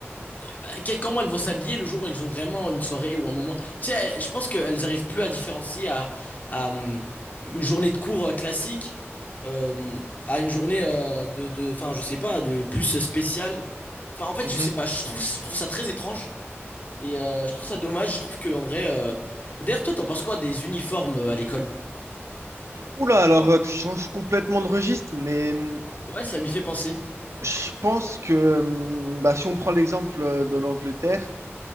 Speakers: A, on the left; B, on the right.
A: bah, que- comment elles vont s'habiller le jour où elles ont vraiment une soirée ou un moment. Tu sais, je pense qu'elles arrivent plus à différencier à, à, hum, une journée de cours euh, classique euh, à une journée euh, de, de, enfin, je sais pas, de plus spéciale. Enfin, en fait,
B: Mhm.
A: je sais pas, je trouve, je trouve ça très étrange et euh, je trouve ça dommage. Je trouve que en vrai, euh, d'ailleurs, toi, t'en penses quoi des uniformes euh, à l'école?
B: Oula, alors euh, tu changes complètement de registre, mais hum,
A: Ouais, ça m'y fait penser.
B: je pense que hum, bah, si on prend l'exemple euh, de l'Angleterre,